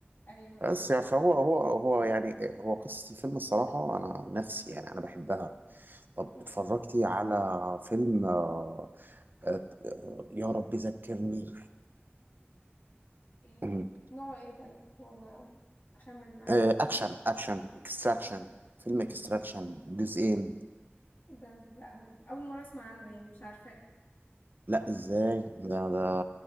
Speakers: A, on the left; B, on the right.
A: ايوه
B: بس
A: ايوه
B: يعني فهو هو هو يعني هو قصة الفيلم الصراحة أنا عن نفسي يعني أنا بحبها طب
A: مم.
B: اتفرجتي على فيلم آه، آه، آه، يا رب ذكرني
A: ايه
B: مم.
A: نوعه ايه طيب وانا اخمن معاك
B: آه، أكشن أكشن إكستراكشن فيلم إكستراكشن جزئين
A: ده لا هو اول مرة اسمع عنه يعني مش عارفاه
B: لا إزاي ده ده